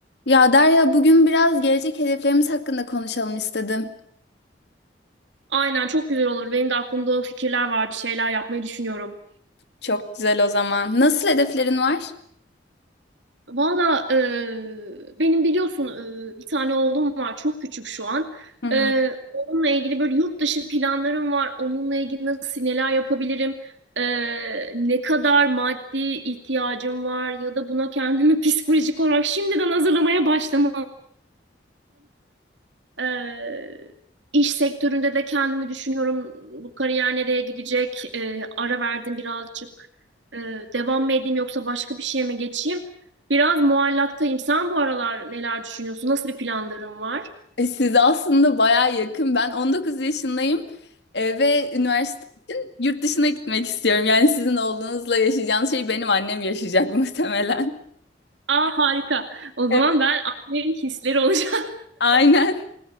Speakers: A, on the left; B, on the right.
A: Ya Derya bugün biraz gelecek hedeflerimiz hakkında konuşalım istedim.
B: Aynen çok güzel olur. Benim de aklımda o fikirler var. Bir şeyler yapmayı düşünüyorum.
A: Çok güzel o zaman. Nasıl hedeflerin var?
B: Valla e, benim biliyorsun e, bir tane oğlum var. Çok küçük şu an.
A: Hı hı.
B: E, onunla ilgili böyle yurt dışı planlarım var. Onunla ilgili nasıl neler yapabilirim? E, ne kadar maddi ihtiyacım var ya da buna kendimi <laughs> psikolojik olarak şimdiden hazırlamaya başlamalıyım. Ee, iş sektöründe de kendimi düşünüyorum. Bu kariyer nereye gidecek? Ee, ara verdim birazcık. Ee, devam mı edeyim yoksa başka bir şeye mi geçeyim? Biraz muallaktayım. Sen bu aralar neler düşünüyorsun? Nasıl bir planların var?
A: E, size aslında baya yakın. Ben 19 yaşındayım e, ve üniversite için yurt dışına gitmek istiyorum. Yani sizin oğlunuzla yaşayacağınız şey benim annem yaşayacak <laughs> muhtemelen.
B: Aa harika. O zaman
A: Evet.
B: ben annenin hisleri olacağım.
A: Aynen.